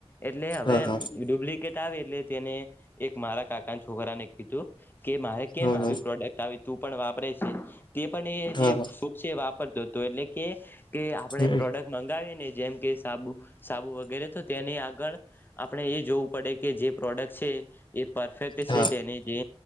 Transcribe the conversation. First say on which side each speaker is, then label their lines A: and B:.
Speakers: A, on the left (about 20°); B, on the left (about 45°).
A: એટલે
B: હા
A: હવે
B: હા
A: ડુપ્લિકેટ આવે એટલે તેને એક મારા કાકાને છોકરાને કીધું. કે મારે કેમ
B: હા
A: આવી
B: હા
A: પ્રોડક્ટ આવી તું પણ વાપરે છે તે પણ એ
B: હા
A: જે
B: હા હા
A: સુૂખ છે વાપરતો હતો એટલે કે કે આપણે
B: હમ
A: પ્રોડક્ટ મંગાવી ને જેમ કે. સાબુ સાબુ વગેરે તો. તેની આગળ આપણે એ જોવું પડે કે જે પ્રોડક્ટ છે એ પરફેક્ટ
B: હા
A: છે તેની જે.